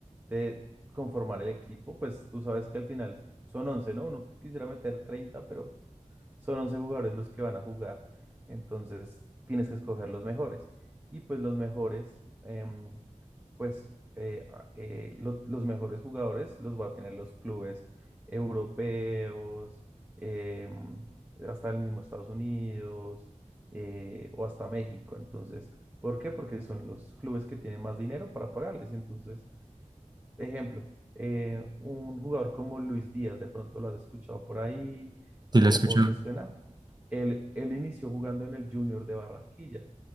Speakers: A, on the right (about 15°); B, on the right (about 35°).
A: de conformar el equipo, pues tú sabes que al final son 11, ¿no? Uno quisiera meter 30, pero son 11 jugadores los que van a jugar, entonces tienes que escoger los mejores. Y pues los mejores, em, pues eh, a- eh, lo- los mejores jugadores los va a tener los clubes europeos, em, hasta el mismo Estados Unidos eh, o hasta México. Entonces, ¿por qué? Porque son los clubes que tienen más dinero para pagarles. Entonces, ejemplo, eh, un jugador como Luis Díaz, de pronto lo has escuchado por ahí
B: Sí,
A: o,
B: lo escucho.
A: o te suena. Él, él inició jugando en el Junior de Barranquilla